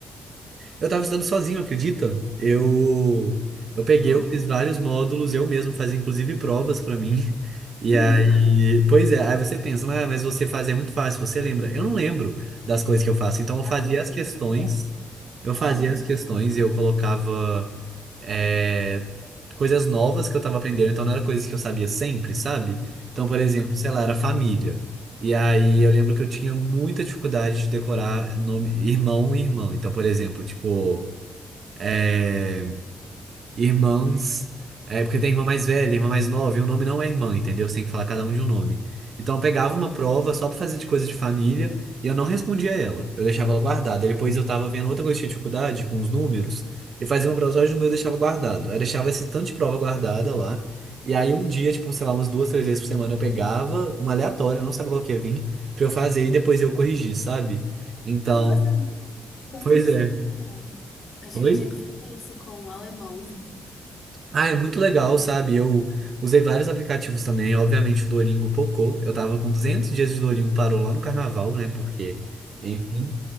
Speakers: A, on the right (about 60°); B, on the left (about 55°).
A: Eu tava estudando sozinho, acredita? Eu eu peguei,
B: Nossa.
A: eu fiz vários módulos, eu mesmo fazia inclusive provas pra mim. <laughs> E
B: <laughs>
A: aí, pois é, aí você pensa, ah, mas você faz é muito fácil, você lembra? Eu não lembro das coisas que eu faço, então eu
B: Ah,
A: fazia
B: meu
A: as questões,
B: Deus, bom.
A: eu
B: Aham.
A: fazia as questões e eu colocava é, coisas novas que eu tava aprendendo, então não era coisas que eu sabia sempre, sabe? Então, por exemplo, sei lá, era família. E aí eu lembro que eu tinha muita dificuldade de decorar nome, irmão e irmã. Então, por exemplo, tipo. é, Irmãs. É porque tem irmã mais velha, irmã mais nova, e o nome não é irmã, entendeu? Você tem que falar cada um de um nome. Então eu pegava uma prova só pra fazer de coisa de família e eu não respondia ela. Eu deixava ela guardada. E depois eu tava vendo outra coisa de dificuldade, com uns números, e fazia uma prova só de número e deixava guardado. Aí eu deixava esse tanto de prova guardada lá. E aí um dia, tipo, sei lá, umas duas, três vezes por semana eu pegava uma aleatória, não sabe qual que ia vir, pra eu fazer e depois eu corrigir, sabe? Então,
B: Nossa, amigo,
A: <laughs>
B: quanto
A: pois
B: disciplina.
A: é.
B: Acho
A: Oi?
B: que eu tinha que fazer isso com o alemão.
A: Ah, é muito legal, sabe? Eu usei vários aplicativos também. Obviamente, o Duolingo pocou. Eu tava com 200 dias de Duolingo, parou lá no carnaval, né? Porque, enfim.